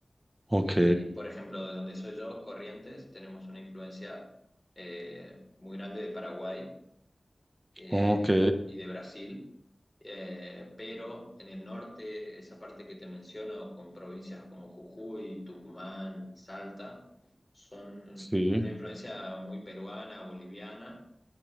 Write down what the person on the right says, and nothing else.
ok,
ok.
Sí,